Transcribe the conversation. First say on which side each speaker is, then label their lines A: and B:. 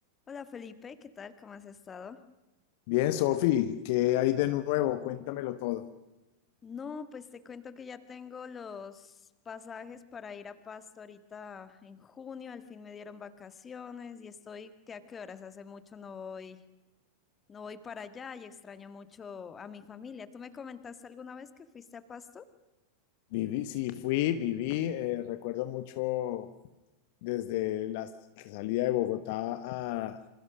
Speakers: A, on the left (about 20°); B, on the left (about 50°).
A: Hola Felipe, ¿qué tal? ¿Cómo has estado?
B: Bien, Sofi, ¿qué hay de nuevo? Cuéntamelo todo.
A: No, pues te cuento que ya tengo los pasajes para ir a Pasto ahorita en junio, al fin me dieron vacaciones y estoy, ¿qué a qué horas? Hace mucho no voy, no voy para allá y extraño mucho a mi familia. ¿Tú me comentaste alguna vez que fuiste a Pasto?
B: Viví, sí, fui, viví, eh, recuerdo mucho desde la salida de Bogotá a